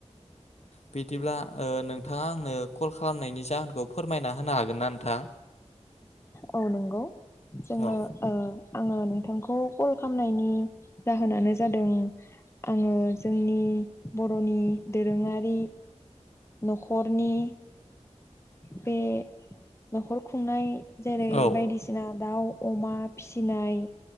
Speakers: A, on the left (about 60°); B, on the left (about 20°).
A: बिदिब्ला ओ नोंथाङा आंनो कल खालामनायनि जाहोनखौ फोरमायना होनो हागोन ना नोंथां
B: औ नंगौ जोङोओ
A: औ
B: आङो नोंथांखौ कल खालामनायनि जाहोनानो जादों आङो जोंनि बर'नि दोरोङारि न'खरनि बे न'खर खुंनाय जेरै
A: औ
B: बायदिसिना दाउ अमा फिसिनाय